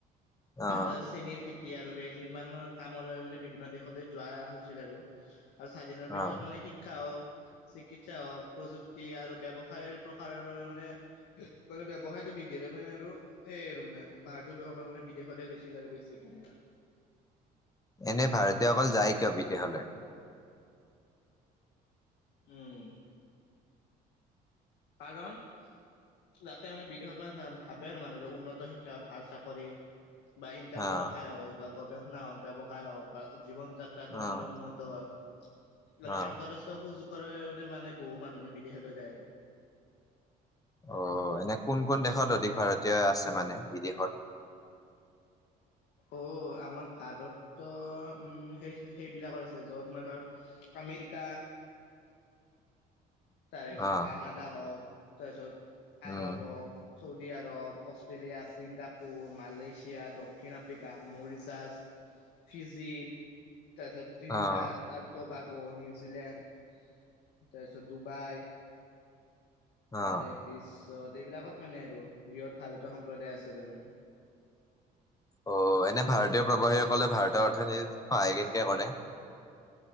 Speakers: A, on the left (about 20°); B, on the left (about 80°).
A: অ'
B: তে চেনিৰ খেত এতিয়া আৰু ৰেল- নিৰ্মাণৰ কামৰে মানে বিভিন্ন দেশলৈ যোৱা হৈছিল আৰু। আৰু স্বাধিনৰ পিছত
A: অ'
B: মানে শিক্ষা হওক চিকিৎসা হওক প্ৰযুক্তি আৰু ব্যৱসায়ৰ প্ৰসাৰণনে মানে- মানে ব্যৱসায়টো বৃ বৃদ্ধিৰ বাবে আৰু এই আৰু মানে ভাৰতীয় লোকসকল মানে বিদেশলে গৈছিল আৰু বেছিকে।
A: এনে ভাৰতীয় সকল যায় কিয় বিদেশলে?
B: উম, কাৰণ তাতে আৰু মানে বিদেশত মানে ভাবে আৰু মানুহ বিলাকে উন্নত শিক্ষা ভাল চাকৰি বা ইনকামটো
A: অ'
B: অলপ হাই হ'ল বা গৱেষণা হওক, ব্যৱসায় হওক বা জীৱন যাত্ৰাটো
A: অ'
B: মানে অলপ উন্নত ত' হয় <unintelligible>
A: অ'
B: আন্তঃৰাষ্ট্ৰীয় সুযোগৰে <unintelligible> মানে বহু মানুহখিনি বিদেশলৈ যায় আৰু।
A: অ, এনে কোন- কোন দেশত অধিক ভাৰতীয় আছে মানে বিদেশত? <inaudible>
B: অ, আমাৰ ভাৰতৰ উম, সেই সেইবিলাকত আছে য'ত মানে ধৰ আমেৰিকা
A: <inaudible>
B: তাৰেপিছত
A: অ'
B: কানাডা হওক, তাৰপিছত
A: উম
B: আৰব হওক Saudi Arab, Australia, Singapore, Malaysia, দক্ষিণ আফ্ৰিকা, মৰিছাছ, ফিজি, তাছত তৃণন্দাদ,
A: অ'
B: তাৰ্তবাগ, নিউজিলেণ্ড তাৰপিছত ডুবাই
A: অ'
B: তাৰে পিছত এইবিলাকত মানে আৰু বৃহৎ ভাৰতীয় সম্প্ৰদায় আছে তাৰমানে।
A: অ, এনে ভাৰতীয় প্ৰবাহীসকলে ভাৰতৰ অৰ্থনীতিত সহায় কেনকে কৰে?